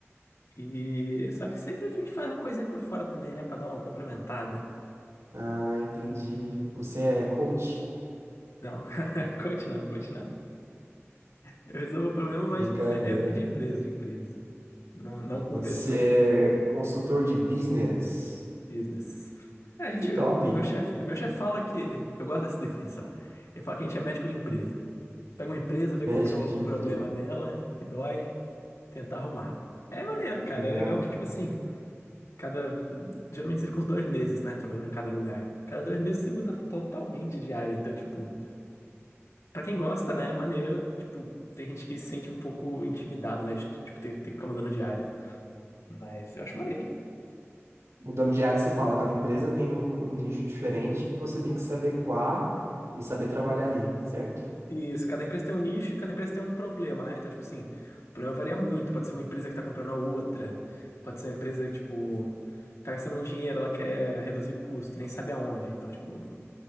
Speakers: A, on the left (about 85°); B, on the right (about 85°).
A: E. Só que sempre a gente faz uma coisinha por fora também, né? Pra dar uma complementada.
B: Ah, entendi. Você é coach?
A: Não, <laughs> coach não, coach não. Eu resolvo o problema, mas
B: Brincadeira.
A: é, é- é de empresa, de empresa. Não, não com
B: Você
A: pessoas.
B: é consultor de business.
A: Business. É, a gente,
B: Que top.
A: meu chefe, meu chefe fala que, eu gosto dessa definição. Ele fala que a gente é médico de empresa. Você pega uma empresa,
B: <laughs>
A: vê
B: Médico
A: qual que é o
B: de
A: problema
B: empresa.
A: dela, o que que dói, tentar arrumar. É maneiro,
B: Legal.
A: cara. É legal que, tipo assim, cada. Geralmente você fica uns dois meses, né? Trabalhando em cada lugar. Cada dois meses você muda totalmente de área. Então, tipo, pra quem gosta, né? É maneiro. Tipo, tem gente que se sente um pouco intimidada, né? De, tipo, ter, ter que ficar mudando de área. Mas eu acho maneiro.
B: Mudando de área, você fala, cada empresa tem um, um nicho diferente que você tem que se adequar e saber trabalhar ali, certo?
A: Isso, cada empresa tem um nicho e cada empresa tem um problema, né? Então, tipo assim, o problema varia muito. Pode ser uma empresa que tá comprando a outra, pode ser uma empresa que, tipo, tá gastando um dinheiro, ela quer reduzir custo, nem sabe aonde. Então, tipo,